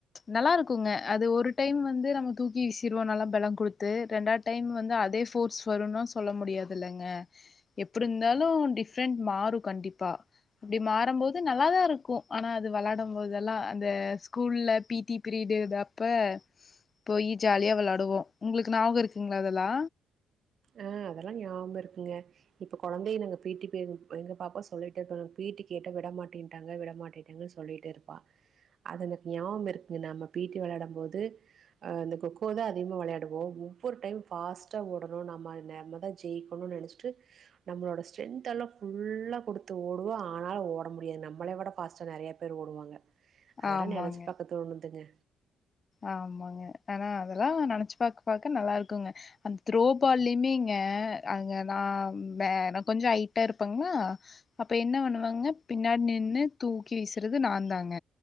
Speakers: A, on the left; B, on the right.
A: நல்லா இருக்குங்க அது ஒரு டைம் வந்து நம்ம தூக்கி வீசிருவோ நல்லா பலோ குடுத்து ரெண்டாவ்து டைம் வந்து அதே ஃபோர்ஸ் வருன்லா சொல்ல முடியாது இல்லங்க எப்டி இருந்தாலு டிஃப்ரெண்ட் மாறு கண்டிப்பா அப்டி மாறும்போது நல்லாதா இருக்கு ஆனா அது வெளாடும்போதெல்லா அந்த ஸ்கூல்ல பி டி பீரியடுது அப்ப போயி ஜாலியா வெளாடுவோ உங்களுக்கு ஞாவகோ இருக்குங்ளா அதெல்லா
B: ஆ அதெல்லா ஞாவகமிருக்குங்க இப்ப கொழந்தைய நாங்க பி டி பீரியடு எங்க பாப்பா சொல்லிட்டே இருப்பாளுங் பி டி கேட்டா விடமாட்டின்ட்டாங்க விடமாட்டிட்டாங்க சொல்லிட்டே இருப்பா அது எனக்கு ஞாபகோ இருக்குங்க நம்ம பி டி வெளையாடம்போது ஆ இந்த கொக்கோதா அதிகமா வெளையாடுவோ ஒவ்வொரு டைம் ஃபாஸ்ட்டா ஓடு வோ நம்ம ஆ நம்மதா ஜெயிக்கணுன்னு நெனைச்சிட்டு நம்மளோட ஸ்ட்ரென்த் எல்லா ஃபுல்லா கொடுத்து ஓடுவோ ஆனாலும் ஓட முடியாது நம்மள விட ஃபாஸ்டா நெறைய பேர் ஓடுவாங்க அதெல்லா
A: ஆமாங்க,
B: நெனச்சு பாக்க தோணுதுங்க
A: ஆமாங்க ஆனா அதெல்லா நெனைச்சு பாக்க பாக்க நல்லா இருக்குங்க அந்த த்ரோ பால்லயுமேங்க அங்க நா வே நா கொஞ்ச ஹைட்டா இருப்பங்ளா அப்ப என்ன பண்ணுவங்க பின்னாடி நின்னு தூக்கி வீசுறது நாந்தாங்க